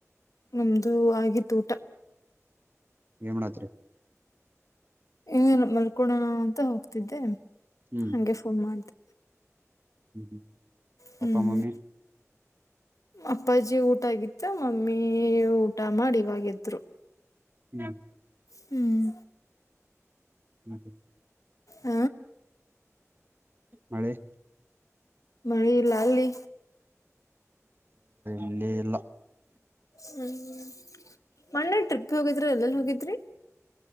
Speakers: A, on the left; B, on the right.
A: ನಮ್ದು ಆಗಿತ್ತು ಊಟ.
B: ಏನ್ ಮಾಡತ್ತೀರಿ?
A: ಏನಿಲ್ಲಾ ಮಲ್ಕೋಳೋಣ ಅಂತ ಹೋಗ್ತಿದ್ದೆ
B: ಹ್ಮ್
A: ಹಂಗೆ ಫೋ ಫೋನ್ ಮಾಡ್ದೇ.
B: ಹ್ಞ ಹ್ಮ್
A: ಹ್ಮ್
B: ಪಪ್ಪ ಮಮ್ಮಿ
A: ಅಪ್ಪಾಜಿ ಊಟ ಆಗಿತ್ತ ಮಮ್ಮಿ ಊಟ ಮಾಡಿ ಇವಾಗೆದ್ರು.
B: <unintelligible>
A: ಹ್ಮ್
B: <unintelligible>
A: ಅ
B: ಮಳೆ?
A: ಮಳಿ ಇಲ್ಲಾ ಅಲ್ಲಿ.
B: ಇಲ್ಲಿ ಇಲ್ಲ
A: ಹ್ಮ್ ಮೊನ್ನೆ ಟ್ರಿಪ್ಗ ಹೋಗಿದ್ರಿ ಎಲ್ಲೆಲ್ಲಿ ಹೋಗಿದ್ರಿ?